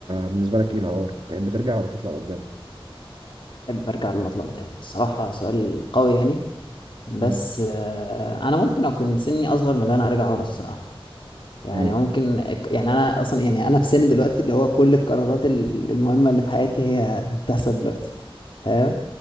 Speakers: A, on the right (about 55°); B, on the left (about 55°).
A: بالنسبه لك ايه الحوار تحب ترجع ولا تطلع لقدام
B: احب ارجع ولا اطلع قدام الصراحة سؤال قوي يعني بس
A: مم.
B: آه، انا ممكن اكون سني اصغر من اللي انا ارجع ورا الصراحة يعني
A: مم.
B: ممكن يعني انا اصلا يعني انا في سن دلوقتي اللي هو كل القرارات ال- المهمه اللي في حياتي هي بتحصل دلوقتي فاهم